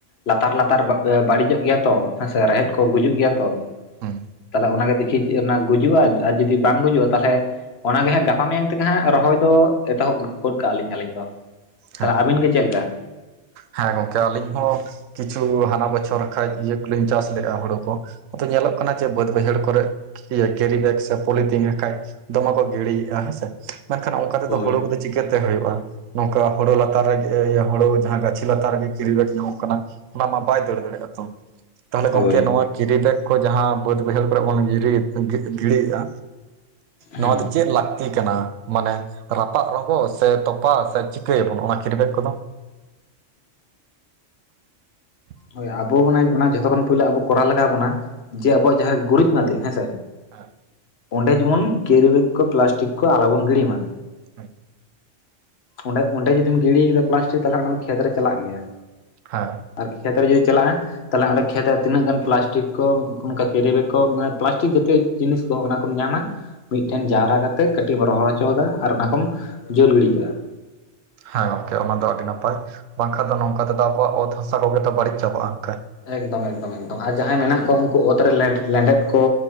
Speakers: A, on the left; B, on the right.
A: ᱞᱟᱛᱟᱨ ᱞᱟᱛᱟᱨ ᱵᱟᱹᱲᱤᱡᱚᱜ ᱜᱮᱭᱟ ᱛᱚ ᱦᱮᱸᱥᱮ᱾ ᱨᱮᱦᱮᱫ ᱠᱚ ᱜᱩᱡᱩᱜ ᱜᱮᱭᱟ ᱛᱚ᱾
B: ᱦᱮᱸ
A: ᱛᱟᱦᱞᱮ ᱚᱱᱟ ᱜᱮ ᱫᱮᱠᱷᱤ ᱚᱱᱟ ᱜᱩᱡᱩᱜᱼᱟ ᱟᱨ ᱡᱩᱫᱤ ᱵᱟᱝ ᱜᱩᱡᱩᱜᱼᱟ ᱛᱟᱦᱞᱮ ᱚᱱᱟ ᱜᱮ ᱦᱟᱸᱜ ᱜᱟᱯᱟ ᱢᱮᱭᱟᱝ ᱛᱮᱜᱮ ᱦᱟᱸᱜ ᱨᱚᱦᱚᱭ ᱫᱚ ᱮᱛᱚᱦᱚᱵ ᱜᱚᱫ ᱠᱟᱜᱼᱟ ᱞᱤᱧ ᱟᱹᱞᱤᱧ ᱫᱚ᱾
B: ᱦᱮᱸ
A: ᱛᱟᱦᱚᱞᱮ ᱟᱹᱵᱤᱱ ᱜᱮ ᱪᱮᱫ ᱞᱮᱠᱟ?
B: ᱦᱮᱸ ᱜᱚᱝᱠᱮ ᱟᱹᱞᱤᱧ ᱦᱚᱸ ᱠᱤᱪᱷᱩ ᱦᱟᱱᱟ ᱵᱚᱪᱷᱚᱨ ᱠᱷᱚᱡᱽ ᱤᱭᱟᱹ ᱠᱚᱞᱤᱧ ᱪᱟᱥ ᱞᱮᱜᱼᱟ, ᱦᱩᱲᱩ ᱠᱚ᱾ ᱟᱫᱚ ᱧᱮᱞᱚᱜ ᱠᱟᱱᱟ ᱡᱮ ᱵᱟᱹᱫ ᱵᱟᱹᱭᱦᱟᱹᱲ ᱠᱚᱨᱮ ᱤᱭᱟᱹ ᱠᱮᱨᱤ ᱵᱮᱜᱽ ᱥᱮ ᱯᱚᱞᱤᱛᱤᱱ ᱞᱮ ᱠᱷᱟᱡ ᱫᱚᱢᱮ ᱠᱚ ᱜᱤᱲᱤᱭᱮᱜᱼᱟ ᱦᱮᱸᱥᱮ ᱢᱮᱱᱠᱷᱟᱱ ᱠᱟᱛᱮ ᱛᱮᱫᱚ
A: ᱦᱳᱭ
B: ᱦᱩᱲᱩ ᱪᱤᱠᱟ ᱛᱮ ᱦᱩᱭᱩᱜᱼᱟ? ᱱᱚᱝᱠᱟ ᱦᱩᱲᱩ ᱞᱟᱛᱟᱨ ᱨᱮ ᱦᱩᱲᱩ ᱡᱟᱦᱟᱸ ᱜᱟᱪᱷᱤ ᱞᱟᱛᱟᱨ ᱠᱤᱨᱵᱮᱴ ᱧᱟᱢᱚᱜ ᱠᱟᱱᱟ᱾ ᱚᱱᱟ ᱢᱟ ᱵᱟᱭ ᱫᱟᱹᱲ ᱫᱟᱲᱮᱭᱟᱜᱼᱟ ᱛᱚ᱾ ᱛᱟᱦᱚᱞᱮ ᱜᱚᱢᱠᱮ
A: ᱦᱳᱭ
B: ᱱᱚᱣᱟ ᱜᱤᱰᱤ ᱫᱮᱜᱽ ᱠᱚ, ᱡᱟᱦᱟᱸ ᱵᱟᱹᱫᱽ ᱵᱟᱹᱭᱦᱟᱹᱲ ᱠᱚᱨᱮ ᱵᱚᱱ ᱜᱤᱰᱤ ᱜᱤᱰᱤᱭᱮᱫᱼᱟ᱾ ᱱᱚᱣᱟ
A: ᱦᱮᱸ
B: ᱫᱚ ᱪᱮᱫ ᱞᱟᱹᱠᱛᱤ ᱠᱟᱱᱟ? ᱢᱟᱱᱮ ᱨᱟᱯᱟᱜ ᱨᱚᱸᱜᱚ ᱥᱮ ᱛᱚᱯᱟ ᱥᱮ ᱪᱤᱠᱟᱹᱭᱟᱵᱚᱱ, ᱚᱱᱟ ᱠᱷᱤᱨᱵᱮᱜ ᱠᱚᱫᱚ? <inaudible>
A: ᱦᱳᱭ ᱟᱵᱚ ᱢᱟᱱᱮ ᱚᱱᱟ ᱡᱷᱚᱛᱚ ᱠᱷᱚᱱᱚᱱ ᱯᱳᱭᱞᱳ ᱟᱵᱚ ᱠᱚᱨᱟᱣ ᱞᱟᱜᱟᱣ ᱵᱚᱱᱟ ᱡᱮ ᱟᱵᱚᱣᱟᱜ ᱡᱟᱦᱟᱸ ᱜᱩᱨᱤᱡ ᱢᱟᱫᱮ ᱦᱮᱸᱥᱮ
B: <unintelligible>
A: ᱚᱸᱰᱮ ᱡᱮᱢᱚᱱ ᱠᱮᱨᱤᱵᱮᱜ ᱠᱚ, ᱯᱞᱟᱥᱴᱤᱠ ᱠᱚ, ᱟᱞᱚ ᱵᱚᱱ ᱜᱤᱲᱤ ᱢᱟ᱾
B: ᱦᱳᱭ᱾
A: ᱚᱸᱰᱮ ᱚᱸᱰᱮ ᱡᱩᱫᱤᱢ ᱜᱤᱰᱤ ᱠᱮᱫᱟ ᱯᱞᱟᱥᱴᱤᱠ ᱛᱟᱦᱚᱞᱮ ᱚᱱᱟ ᱠᱷᱮᱛ ᱨᱮ ᱪᱟᱞᱟᱜ ᱜᱮᱭᱟ᱾
B: <unintelligible>
A: ᱟᱨ ᱠᱷᱮᱛ ᱨᱮ ᱡᱩᱫᱤ ᱪᱟᱞᱟᱜᱼᱟ? ᱛᱟᱦᱚᱞᱮ ᱚᱸᱰᱮ ᱠᱷᱮᱛ ᱨᱮ ᱛᱤᱱᱟᱹᱜ ᱜᱟᱱ ᱯᱞᱟᱥᱴᱤᱠ ᱠᱚ, ᱚᱱᱠᱟ ᱠᱮᱨᱤᱵᱮᱜ ᱠᱚ, ᱢᱟᱱᱮ ᱯᱞᱟᱥᱴᱤᱠ ᱡᱟᱛᱮ ᱡᱤᱱᱤᱥ ᱠᱚ ᱚᱱᱟᱠᱢ ᱧᱟᱢᱟ ᱢᱤᱫᱴᱷᱮᱱ ᱡᱟᱣᱨᱟ ᱠᱟᱛᱮᱜ ᱠᱟᱹᱴᱤᱡ ᱮᱢ ᱨᱚᱦᱚᱲ ᱦᱚᱪᱚᱫᱟ ᱟᱨ ᱚᱱᱟᱠᱚᱢ ᱡᱩᱞ ᱜᱤᱰᱤ ᱠᱮᱫᱟ᱾ ᱫᱟᱜ
B: ᱦᱮᱸ ᱜᱚᱝᱠᱮ ᱚᱱᱟ ᱫᱚ ᱟᱹᱰᱤ ᱱᱟᱯᱟᱭ, ᱵᱟᱝ ᱠᱷᱟᱱ ᱫᱚ ᱱᱚᱝᱠᱟ ᱛᱮᱫᱚ ᱟᱵᱚᱣᱟᱜ ᱚᱛ ᱦᱟᱥᱟ ᱠᱚᱜᱮ ᱛᱚ ᱵᱟᱹᱲᱤᱡ ᱪᱟᱵᱟᱜᱼᱟ᱾
A: ᱮᱠᱫᱚᱢ ᱮᱠᱫᱚᱢ ᱮᱠᱫᱚᱢ ᱟᱨ ᱡᱟᱦᱟᱸᱭ ᱢᱮᱱᱟᱜ ᱠᱚᱣᱟ ᱩᱱᱠᱩ ᱚᱛ ᱨᱮ ᱞᱮᱸᱰᱮᱫ ᱠᱚ